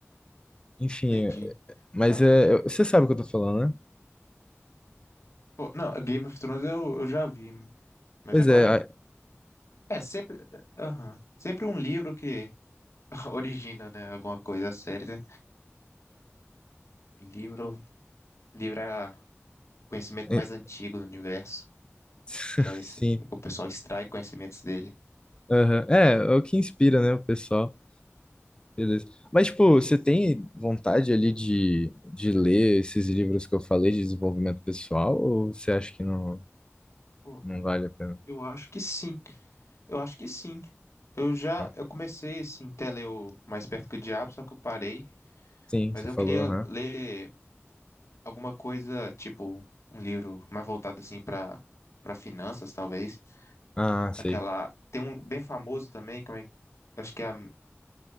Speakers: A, on the left; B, on the left.
A: Enfim,
B: Entendi.
A: é- mas
B: Aham.
A: é... Você sabe o que eu tô falando, né?
B: Pô, não, Game of Thrones eu, eu já vi, mas
A: Pois
B: agora.
A: é. a-
B: É, sempre. Aham. Sempre um livro que <laughs> origina, né? Alguma coisa, a série, né? Livro, livro é o conhecimento
A: é,
B: mais
A: é,
B: antigo do universo.
A: <laughs>
B: Já esse,
A: sim.
B: o pessoal extrai conhecimentos dele.
A: aham. É, é o que inspira, né, o pessoal. Beleza. Mas, tipo, você tem vontade ali de, de ler esses livros que eu falei de desenvolvimento pessoal ou você acha que não,
B: Pô,
A: não vale a pena?
B: eu acho que sim. Eu acho que sim. Eu já,
A: Hã?
B: eu comecei assim, até ler o Mais Perto que o Diabo, só que eu parei.
A: Sim,
B: Mas
A: você
B: eu
A: falou,
B: queria
A: aham.
B: ler alguma coisa, tipo um livro mais voltado assim para para finanças, talvez.
A: Ah, sei.
B: Aquela tem um bem famoso também, como é, que- acho que é a